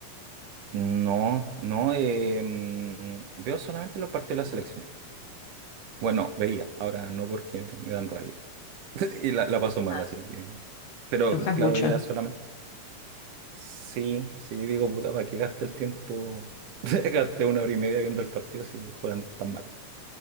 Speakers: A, on the right; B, on the left.
A: No, no, eh, mm, veo solamente los partidos de la selección. Bueno, veía, ahora no porque me dan rabia. <laughs> Y la, la paso mal,
B: Ah,
A: así que... Pero
B: te enojas
A: claro,
B: mucho.
A: era solamente... Sí, sí, digo, puta, ¿para qué gasté el tiempo? <laughs> Gasté una hora y media viendo el partido si juegan tan mal.